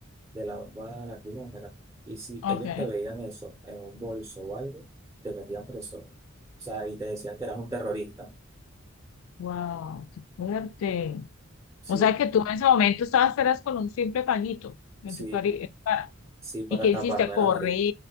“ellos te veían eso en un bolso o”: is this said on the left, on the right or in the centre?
Right